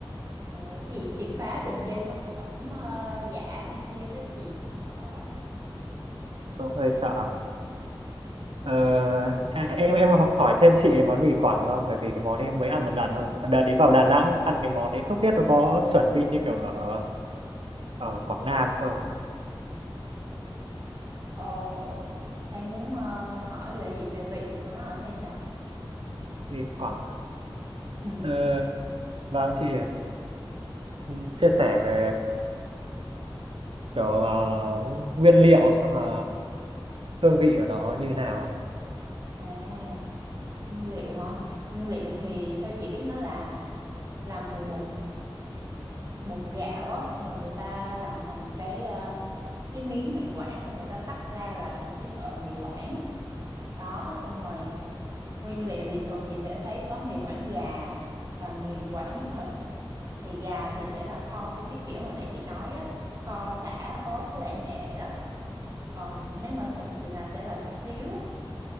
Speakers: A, on the right; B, on the right.
A: ờ, cái gì triệt phá đường dây thực phẩm ờ, giả này kia đó chị cũng sợ quá.
B: cũng hơi sợ. Ờ, à, em em hỏi thêm chị về món mì Quảng không? Bởi vì cái món ấy em mới ăn một lần thôi. Đợt đi vào Đà Nẵng ăn cái món ấy không biết nó có chuẩn vị như kiểu ở ở Quảng Nam không?
A: Ờ, em muốn ờ, hỏi về gì về vị của nó hả hay sao?
B: Mì Quảng
A: Ừ.
B: Ờ, Vâng, chị ờ, chia sẻ về kiểu ờ, nguyên liệu xong là hương vị của nó như nào ấy.
A: À, nguyên liệu hả? Nguyên liệu thì theo chị biết nó là làm từ bột bột gạo á, xong rồi người ta làm thành cái ờ, cái miếng mì quảng, xong người ta xắt ra là thành cái sợi mì quảng. Đó, xong rồi nguyên liệu thì thường chị sẽ thấy có mì quảng gà và mì quảng thịt. Thì gà thì sẽ là kho theo cái kiểu hồi nãy chị nói á, kho sả, ớt với lại nghệ đó. Còn nếu mà thịt thì là sẽ là thịt xíu